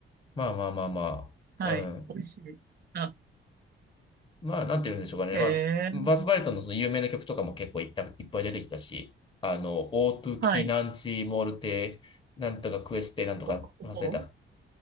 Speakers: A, on the left; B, on the right.
A: まあまあまあまあ。
B: ン。はい。
A: うん。
B: 美味しい。あ、
A: まあ、なんて言うんでしょうかね。
B: へえ。
A: まあ、バースバリトンのその有名な曲とかも結構いった、いっぱい出てきたし、あの、オートゥキナンチモルテ、
B: はい。
A: なんとかクエステ、なんとか忘れた。
B: おお